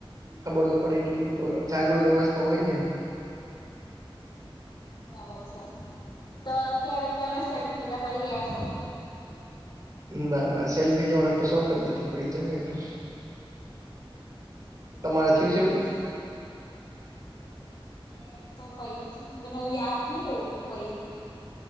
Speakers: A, on the right; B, on the left.
A: ખબર તો પડે એટલી તો જાગૃત અવસ્થા હોય ને એમ.
B: બરાબર છે તો ક્યારેક તમે સેલ્ફી લેતા પડી ગયા છો?
A: ના ના, સેલ્ફી લેવાનો એટલો શોખ જ નથી પડી જવાય એટલો. તમારે થયું
B: આ
A: એવું
B: <unintelligible> છે. મે તો પયડી તી પણ એવું યાદ નહીં એવું કે પયરી તી.